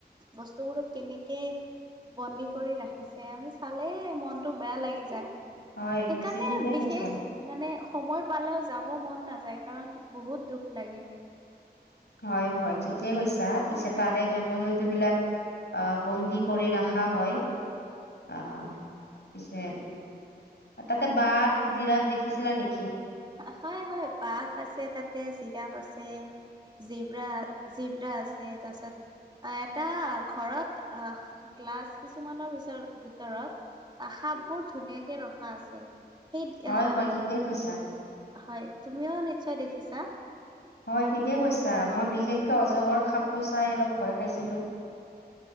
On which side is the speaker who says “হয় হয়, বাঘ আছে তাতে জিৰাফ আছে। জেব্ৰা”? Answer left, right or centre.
Right